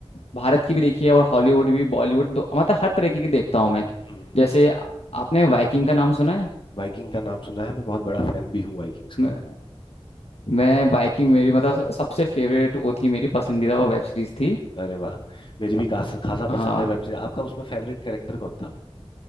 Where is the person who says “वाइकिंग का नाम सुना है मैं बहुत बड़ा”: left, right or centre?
Left